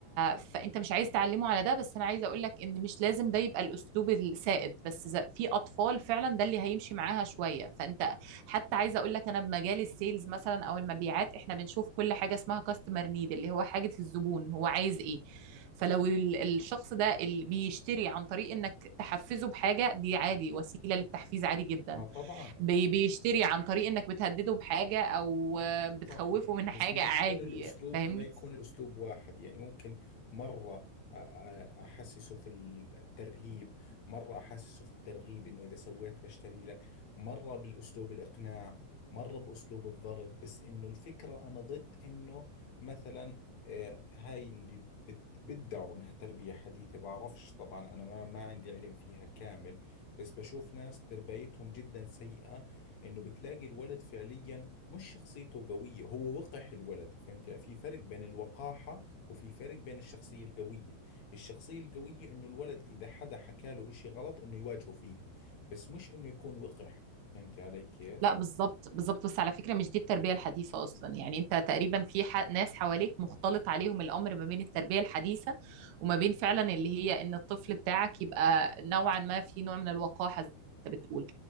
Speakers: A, on the right; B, on the left.
A: فانت مش عايز تعلمه على ده بس انا عايزه اقول لك ان مش لازم ده يبقى الاسلوب السائد بس إذا في اطفال فعلا ده اللي هيمشي معاها شويه فانت حتى عايزه اقول لك انا بمجال السيلز مثلا او المبيعات احنا بنشوف كل حاجه اسمها كاستمر نيد اللي هو حاجه الزبون هو عايز ايه فلو ال- الشخص ده اللي بيشتري عن طريق انك تحفزه بحاجه دي عادي وسيله للتحفيز عادي جدا
B: اه طبعا
A: بي- بيشتري عن طريق انك بتهدده بحاجه او آه، بتخوفه
B: صح
A: من
B: بس
A: حاجه
B: ما
A: عادي
B: تكون الأسلوب
A: فاهمني
B: ما يكون الأسلوب واحد يعني ممكن مرة أ- أ- أحسسه في الترهيب مرة أحسسه في الترغيب إنه إذا سويت بشتري لك مرة بالأسلوب الإقناع مرة بأسلوب الضرب بس إنه الفكرة أنا ضد إنه مثلا آه، هاي اللي بت- بدعوا إنها تربية حديثة بعرفش طبعا أنا ما ما عندي علم فيها كامل بس بشوف ناس تربيتهم جدا سيئة إنه بتلاقي الولد فعليا مش شخصيته قوية هو وقح الولد فهمت يعني في فرق بين الوقاحة وفي فرق بين الشخصية القوية الشخصية القوية انه الولد اذا حدا حكى له اشي غلط انه يواجهه فيها بس مش انه يكون وقح فهمت علي كيف
A: لا بالظبط بالظبط بس على فكرة مش دي التربية الحديثة أصلا يعني أنت تقريبا في ح... ناس حواليك مختلط عليهم الأمر ما بين التربية الحديثة وما بين فعلا اللي هي إن الطفل بتاعك يبقى نوعا ما في نوع من الوقاحة زي ما أنت بتقول